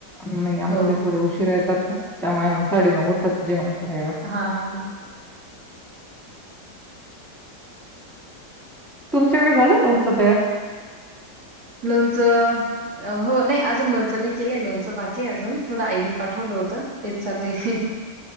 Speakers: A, in the centre; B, on the right.
A: नाही आमचे
B: हो.
A: थोडे उशीरा येतात ना त्यामुळे साडे नऊ होतात जेवण करायला.
B: हा हा.
A: तुमच्याकडे झालं लोनच तयार?
B: लोणचं हो नाही अजून लोनचं नाही केलंय. लोनचं बाकी आहे अजून थोडं आईने पाठवलं होतं तेच चाललंय. <inaudible>